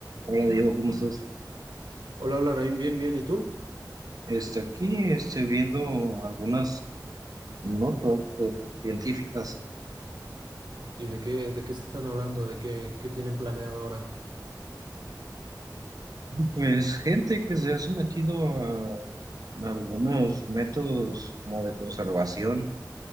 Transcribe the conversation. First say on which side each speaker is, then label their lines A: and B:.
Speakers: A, on the right; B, on the right.
A: Hola Diego, ¿cómo estás?
B: Hola, hola, Naim, bien, bien, ¿y tú?
A: Este, aquí este, viendo algunas notas de- científicas.
B: ¿Y de qué, de qué están hablando? ¿De qué, qué tienen planeado ahora?
A: Pues gente que se ha sometido a algunos métodos como de conservación.